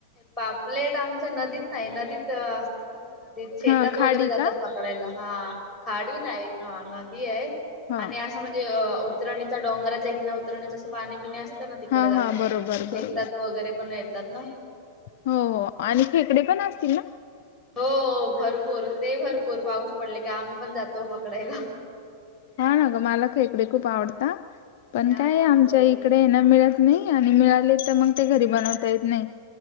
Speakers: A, in the centre; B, on the left.
A: पापलेट आमच्या नदीत नाही नदीत असत ना नदीत शेतात
B: हा खाडी
A: वगैरे जातात
B: का
A: पकडायला हा खाडी नाही हा नदी आहे
B: हा
A: आणि असं म्हणजे अ उतरणीच्या डंगराच्या इतना उतरण्याच असं पाणी पिणी असतं ना तिकडे
B: हा
A: जातात
B: हा बरोबर
A: शेतात
B: बरोबर
A: वगैरे पण येतात ना
B: हो आणि खेकडे पण असतील ना
A: हो भरपूर ते भरपूर पाऊस पडले का आम्ही पण जातो पकडायला
B: हा ना ग मला ख इकडे खूप आवडत पण
A: या
B: काय
A: या
B: आमच्या
A: इथे
B: इकडे ना मिळत नाही आणि मिळाले तर मग घरी बनता येत नाही